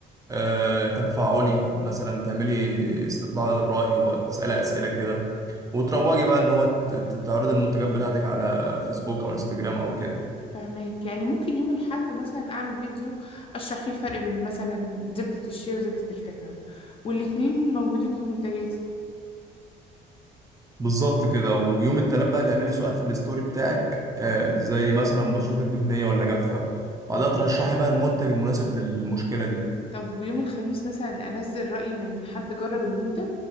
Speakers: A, on the right; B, on the left.
A: آه، تفاعلي مثلا تعملي استطلاع للرأي وتسألي أسئلة كده وتروجي بقى ان هو ت- ت- تعرضي المنتجات بتاعتك على فيسبوك او انستجرام او كده
B: فهماك يعني ممكن يوم الاحد مثلا اعمل فيديو اشرح فيه الفرق بين مثلا زبده الشيا وزبده الكاكاو والاتنين موجودين في منتجاتي
A: بالظبط كده ويوم التلات بقى تعملي سؤال في الستوري بتاعك آه، زي مثلا بشرتك دهنية ولا جافة بعدها ترشحي بقى المنتج المناسب للمشكلة دي
B: طب ويوم الخميس مثلا انزل رأي من حد جرب المنتج